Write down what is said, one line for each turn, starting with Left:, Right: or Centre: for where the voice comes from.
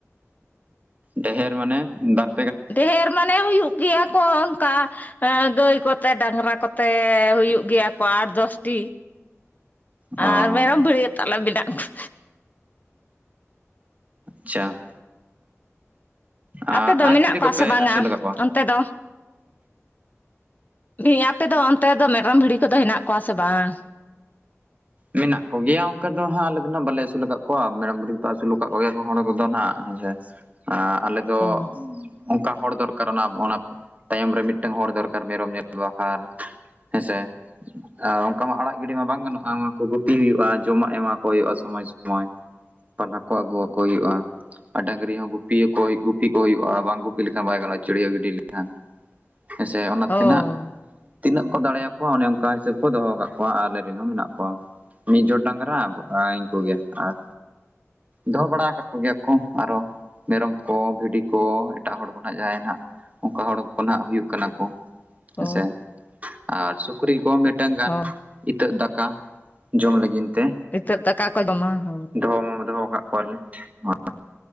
Right: ᱰᱷᱮᱨ ᱢᱟᱱᱮ ᱵᱟᱨ
Left: ᱰᱷᱮᱨ ᱢᱟᱱᱮ ᱦᱩᱭᱩᱜ ᱜᱮᱭᱟ ᱠᱚ ᱚᱱᱠᱟ ᱟᱸ ᱜᱟᱹᱭ ᱠᱚᱛᱮ ᱰᱟᱝᱨᱟ ᱠᱚᱛᱮ ᱦᱩᱭᱩᱜ ᱜᱮᱭᱟ ᱠᱚ ᱟᱴᱚ ᱫᱚᱥᱴᱤ᱾
Right: ᱚ
Left: ᱟᱨ ᱢᱮᱨᱚᱢ ᱵᱷᱮ ᱛᱟᱞᱮ ᱵᱮᱱᱟᱜ <inaudible>
Right: ᱪᱷᱟ᱾ ᱟᱨ
Left: ᱟᱯᱮ ᱫᱚ ᱢᱮᱱᱟᱜ
Right: ᱪᱤᱞᱤ ᱠᱚᱯᱮ
Left: ᱠᱚᱣᱟ ᱥᱮ ᱵᱟᱝ-ᱟ
Right: ᱟᱹᱥᱩᱞ ᱟᱠᱟᱫ ᱠᱚᱣᱟ
Left: ᱚᱱᱛᱮ ᱫᱚ? ᱦᱮᱸ ᱟᱯᱮ ᱫᱚ ᱚᱱᱛᱮ ᱫᱚ ᱢᱮᱨᱚᱢ ᱵᱷᱤᱰᱤ ᱠᱚᱫᱚ ᱦᱮᱱᱟᱜ ᱠᱚᱣᱟ ᱥᱮ ᱵᱟᱝ?
Right: ᱢᱮᱱᱟᱜ ᱠᱚ ᱜᱮᱭᱟ ᱚᱱᱠᱟ ᱫᱚ ᱦᱟᱸᱜ ᱟᱞᱮ ᱫᱚ ᱵᱟᱞᱮ ᱟᱹᱥᱩᱞ ᱟᱠᱟᱫ ᱠᱚᱣᱟ ᱢᱮᱨᱚᱢ ᱵᱷᱤᱰᱤ ᱠᱚᱫᱚ ᱟᱹᱥᱩᱞ ᱟᱠᱟᱫ ᱠᱚᱜᱮᱭᱟ ᱦᱚᱲ ᱠᱚᱫᱚ ᱦᱟᱸᱜ᱾ <inaudible> ᱟᱞᱮ ᱫᱚ
Left: ᱦᱳᱭ
Right: ᱚᱱᱠᱟ ᱦᱚᱲ ᱫᱚᱨᱠᱟᱨ ᱚᱱᱟ ᱚᱱᱟ ᱛᱟᱭᱚᱢ ᱨᱮ ᱢᱤᱫᱴᱟᱝ ᱦᱚᱲ ᱫᱚᱨᱠᱟᱨ ᱢᱮᱨᱚᱢ ᱧᱮᱞ ᱵᱟᱠᱷᱟᱨ ᱦᱮᱸᱥᱮ ᱟᱨ ᱚᱱᱠᱟ ᱢᱟ ᱟᱲᱟᱜ ᱜᱤᱰᱤ ᱢᱟ ᱵᱟᱝ ᱜᱟᱱᱚᱜᱼᱟ᱾ ᱜᱩᱯᱤ ᱦᱩᱭᱩᱜᱼᱟ ᱡᱚᱢᱟᱜ ᱮᱢᱟ ᱠᱚ ᱦᱩᱭᱩᱜᱼᱟ ᱥᱚᱢᱚᱭ ᱥᱚᱢᱚᱭ ᱯᱟᱞᱦᱟ ᱠᱚ ᱟᱹᱜᱩᱣᱟ ᱠᱚ ᱦᱩᱭᱩᱜᱼᱟ᱾ ᱟᱨ ᱰᱟᱝᱨᱤ ᱦᱚᱸ ᱜᱩ- ᱜᱩᱯᱤ ᱠᱚ ᱦᱩᱭᱩᱜᱼᱟ ᱵᱟᱝ ᱜᱩᱯᱤ ᱞᱮᱠᱷᱟᱱ ᱵᱟᱭ ᱜᱟᱱᱚᱜᱼᱟ ᱪᱟᱲᱤᱭᱟ ᱦᱚᱸ ᱜᱤᱰᱤ ᱞᱮᱠᱷᱟᱱ ᱦᱮᱸᱥᱮ ᱚᱱᱟ
Left: ᱦᱳᱭ
Right: ᱛᱮᱱᱟᱜ ᱛᱤᱱᱟᱹᱜ ᱠᱚ ᱫᱟᱲᱮᱭᱟᱠᱚᱣᱟ ᱚᱱᱮ ᱚᱱᱠᱟ ᱦᱤᱥᱟᱹᱵ ᱠᱚ ᱫᱚᱦᱚ ᱟᱠᱟᱫ ᱠᱚᱣᱟ ᱟᱞᱮ ᱨᱮᱱ ᱦᱚᱸ ᱢᱮᱱᱟᱜ ᱠᱚᱣᱟ᱾ ᱢᱤᱫ ᱡᱳᱨ ᱰᱟᱝᱜᱽᱨᱟ ᱩᱱᱠᱩ ᱜᱮ ᱟᱨ ᱫᱚᱦᱚ ᱵᱟᱲᱟ ᱟᱠᱟᱫ ᱠᱚᱜᱮᱭᱟ ᱠᱚ ᱟᱨᱚ ᱢᱮᱨᱚᱢ ᱠᱚ ᱵᱷᱤᱰᱤ ᱠᱚ ᱮᱴᱟᱜ ᱦᱚᱲ ᱠᱚᱱᱟᱜ ᱡᱟᱦᱟᱸᱭ ᱱᱟ ᱦᱟᱸᱜ ᱚᱱᱠᱟ ᱦᱚᱲ ᱠᱚ ᱦᱟᱸᱜ ᱦᱩᱭᱩᱜ ᱠᱟᱱᱟ ᱠᱚ
Left: ᱦᱳᱭ
Right: ᱦᱮᱸᱥᱮ ᱟᱨ ᱥᱩᱠᱨᱤ ᱠᱚ᱾ ᱢᱤᱫᱴᱟᱝ ᱜᱟᱱ
Left: ᱦᱳᱭ
Right: ᱤᱛᱟᱹᱜ ᱫᱟᱠᱟ ᱡᱚᱢ ᱞᱟᱹᱜᱤᱫ ᱛᱮ
Left: ᱱᱤᱛᱚᱜ ᱫᱟᱠᱟ ᱠᱚ ᱡᱚᱢᱟ ᱦᱳᱭ
Right: ᱫᱚᱦᱚ ᱢᱟ ᱫᱚᱦᱚ ᱟᱠᱟᱫ ᱠᱚᱣᱟᱞᱮ ᱦᱳᱭ